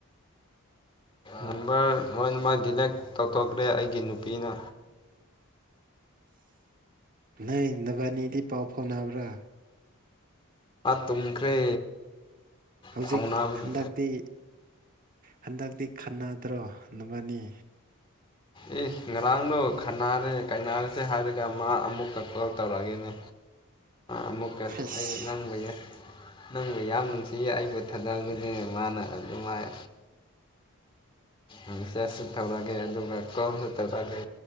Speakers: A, on the left; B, on the right.
A: ꯅꯝꯕꯔ ꯂꯣꯏꯅꯃꯛ ꯗꯤꯂꯦꯛ ꯇꯧꯊꯣꯛꯈ꯭ꯔꯦ ꯑꯩꯒꯤ ꯅꯨꯄꯤꯅ
B: ꯅꯣꯏ ꯅꯕꯥꯅꯤꯗꯤ ꯄꯥꯎ ꯐꯥꯎꯅꯕ꯭ꯔꯥ
A: ꯇꯨꯝꯈ꯭ꯔꯦ
B: ꯍꯧꯖꯤꯛ
A: ꯐꯥꯎꯅꯕꯗꯤ
B: ꯍꯟꯗꯛꯇꯤ ꯍꯟꯗꯛꯇꯤ ꯈꯅꯥ ꯠꯇ꯭ꯔꯣ ꯅꯅꯤ
A: ꯑꯦ ꯉꯔꯥꯡꯗꯣ ꯈꯟꯅꯔꯦ ꯀꯥꯏꯅꯔꯦ ꯆꯠꯦ ꯍꯥꯏꯔꯒ ꯃꯥ ꯑꯃꯨꯛꯀ ꯀꯣꯜ ꯇꯧꯔꯛꯑꯒꯦꯅꯦ ꯑꯃꯨꯛꯀ
B: ꯑꯁ
A: ꯑꯩ ꯅꯪꯕ ꯌꯥ ꯅꯪꯕꯨ ꯌꯥꯝ ꯅꯨꯡꯁꯤꯌꯦ ꯑꯩꯕꯨ ꯊꯥꯗꯔꯒꯗꯤ ꯃꯥꯅ ꯑꯗꯨꯝꯥꯏ ꯑꯗꯨ ꯆꯁꯁꯨ ꯊꯧꯔꯛꯑꯒꯦ ꯑꯗꯨꯒ ꯀꯣꯝ ꯁꯛꯇ ꯇꯥꯛꯦ